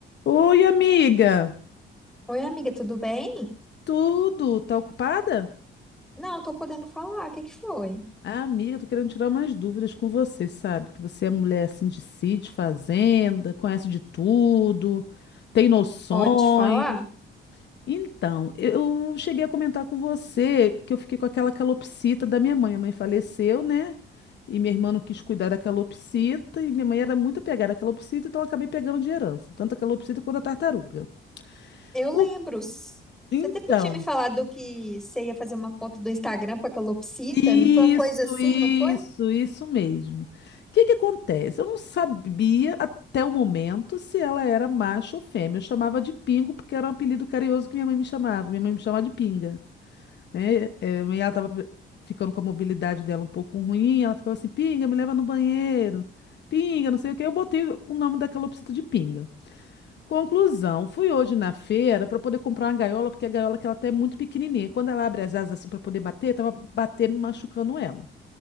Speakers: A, on the left; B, in the centre.
A: Oi, amiga.
B: Oi, amiga, tudo bem?
A: Tudo? Tá ocupada?
B: Não, tô podendo falar. O que que foi?
A: Ah, amiga, tô querendo tirar umas dúvidas com você, sabe? Que você é mulher assim de sítio, fazenda, conhece de tudo, tem noções.
B: Pode falar?
A: Então, eu cheguei a comentar com você que eu fiquei com aquela calopsita da minha mãe. A mãe faleceu, né? E minha irmã não quis cuidar da calopsita, e minha mãe era muito apegada à calopsita, então eu acabei pegando de herança, tanto a calopsita quanto a tartaruga.
B: Eu
A: O-
B: lembro. s- Você
A: Então.
B: até tinha me falado que você ia fazer uma conta do Instagram pra calopsita.
A: Isso,
B: Não foi uma coisa assim,
A: isso,
B: não foi?
A: isso mesmo. O que que acontece? Eu não sabia até o momento se ela era macho ou fêmea. Eu chamava de Pingo porque era um apelido carinhoso que minha mãe me chamava. Minha mãe me chamava de Pinga, né? É, e ela tava fi- ficando com a mobilidade dela um pouco ruim. Ela ficava assim, Pinga, me leva no banheiro. Pinga, não sei o quê. Eu botei o nome da calopsita de Pinga. Conclusão, fui hoje na feira para poder comprar uma gaiola, porque a gaiola que ela tá é muito pequenininha. Quando ela abre as asas assim para poder bater, tava batendo e machucando ela.